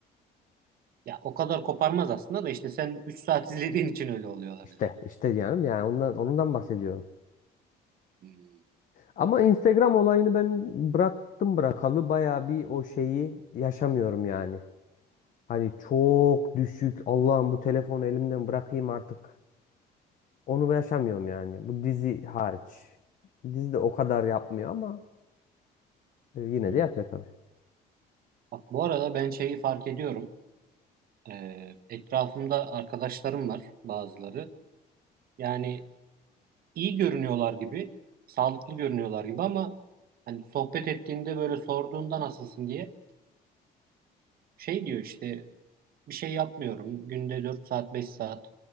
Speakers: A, on the right; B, on the left.
A: Ya o kadar koparmaz aslında da işte sen 3 saat izlediğin için öyle oluyor olabilir.
B: İşte, işte diyorum yani ondan ondan bahsediyorum.
A: Hmm.
B: Ama Instagram olayını ben bıraktım bırakalı bayağı bir o şeyi yaşamıyorum yani. Hani çok düşük. Allah'ım bu telefonu elimden bırakayım artık. Onu yaşamıyorum yani. Bu dizi hariç. Dizi de o kadar yapmıyor ama e, yine
A: Hmm.
B: de yapıyor tabii.
A: Bak bu arada ben şeyi fark ediyorum. Ee, etrafımda arkadaşlarım var bazıları. Yani iyi görünüyorlar gibi, sağlıklı görünüyorlar gibi ama hani sohbet ettiğinde böyle sorduğunda nasılsın diye şey diyor işte bir şey yapmıyorum. Günde 4 saat 5 saat